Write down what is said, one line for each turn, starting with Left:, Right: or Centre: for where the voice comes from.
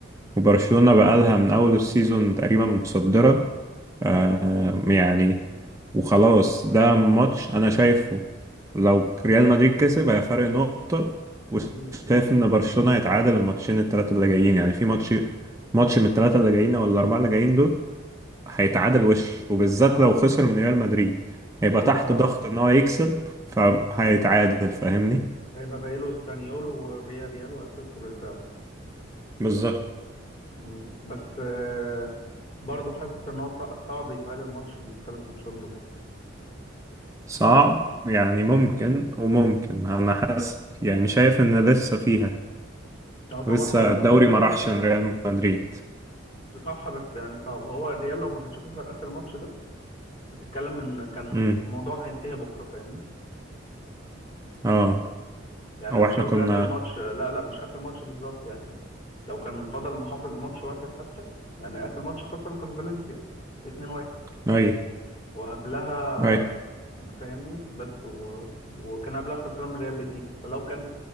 Right: وبرشلونة بقالها من أول السيزون تقريبا متصدرة آه، آه، يعني وخلاص ده ماتش أنا شايفه لو ريال مدريد كسب هي فرق نقطة وشايف
Left: مم.
Right: إن برشلونة هيتعادل الماتشين التلاتة اللي جايين يعني في ماتش ماتش من التلاتة اللي جايين أو الأربعة اللي جايين دول هيتعادل وش وبالذات
Left: اه
Right: لو خسر من ريال مدريد هيبقى
Left: هو
Right: تحت ضغط إن هو يكسب فهيتعادل فاهمني
Left: هيبقى باقي له اسبانيول وفيا ريال واتلتيكو بالباو
Right: بالظبط
Left: مم. بس آه، برضه حاسس ان هو صع- صعب يتعادل ماتش من الثلاث ماتشات دول
Right: صعب يعني ممكن
Left: امم
Right: وممكن انا حاسس يعني شايف ان لسه فيها
Left: اه طبعا
Right: لسه
Left: ما-
Right: الدوري
Left: لسه
Right: ما
Left: فيها
Right: راحش لريال مدريد
Left: صح بس يعني صعب هو الريال لو ما كانش خسر اخر ماتش ده بتتكلم ان كان
Right: امم
Left: الموضوع هينتهي بكره فاهمني
Right: اه
Left: يعني
Right: او
Left: مش
Right: احنا
Left: قصدي
Right: كنا
Left: اخر ماتش لا لا مش اخر ماتش بالظبط يعني لو كان فضل محافظ ماتش واحد حتى يعني اخر ماتش خسره كان فالنسيا 2-1
Right: اي
Left: وقبلها
Right: اي
Left: فاهمني بس و... وكان قبلها خسران من ريال بيتيس فلو كان